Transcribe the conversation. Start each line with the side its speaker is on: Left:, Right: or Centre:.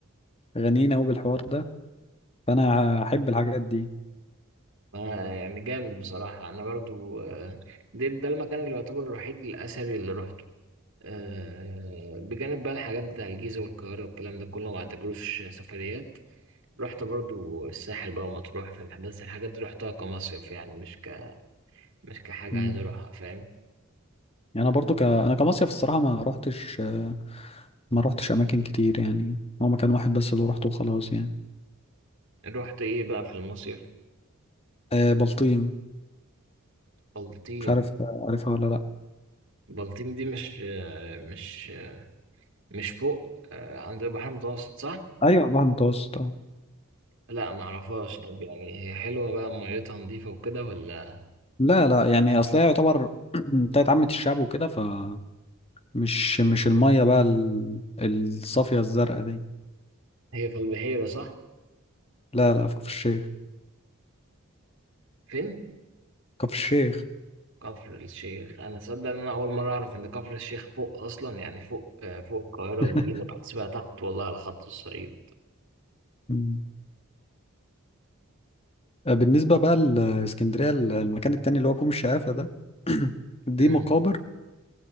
Left: غنيين أوي بالحوار ده فأنا هحب الحاجات دي
Right: آه يعني جامد بصراحة أنا برضو آه، ده, ده المكان اللي يعتبر الوحيد الأثري اللي روحته آه، بجانب بقى الحاجات بتاع الجيزة والقاهرة والكلام ده كله ما اعتبروش سفريات رحت برضو الساحل بقى ومطروح في بس الحاجات دي رحتها كمصيف يعني مش ك مش كحاجة
Left: مم.
Right: عايز أروحها فاهم
Left: يعني أنا برضو ك... أنا كمصيف الصراحة ما روحتش ما روحتش أماكن كتير يعني هو مكان واحد بس اللي روحته وخلاص يعني
Right: رحت إيه بقى في المصيف
Left: آه بلطيم
Right: بلطيم
Left: مش عارف عارفها ولا لا
Right: بلطيم دي مش آه، مش مش فوق آه، عند البحر المتوسط صح؟
Left: ايوه البحر المتوسط اه
Right: لا معرفهاش طب يعني هي حلوة بقى ميتها نظيفة وكده ولا
Left: لا لا يعني اصل هي يعتبر <clears throat> بتاعت عامة الشعب وكده فمش مش المية بقى ال- الصافية الزرقاء دي
Right: هي في البحيرة صح؟
Left: لا لا في كفر الشيخ
Right: فين؟
Left: كفر الشيخ
Right: كفر الشيخ أنا صدق إن أنا أول مرة أعرف إن كفر الشيخ فوق أصلا يعني فوق آه، فوق القاهرة
Left: <laughs>
Right: والجيزة بحسبها تحت والله على خط الصعيد
Left: مم. آه، بالنسبة بقى لاسكندرية ال- المكان التاني اللي هو كوم الشقافة ده <clears throat> دي
Right: امم
Left: مقابر